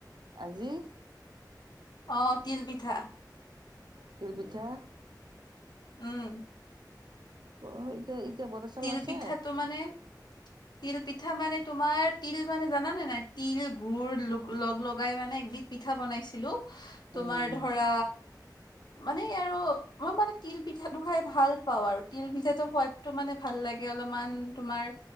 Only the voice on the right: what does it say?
আজি,
তিল পিঠা।
<unintelligible>
আছে
উম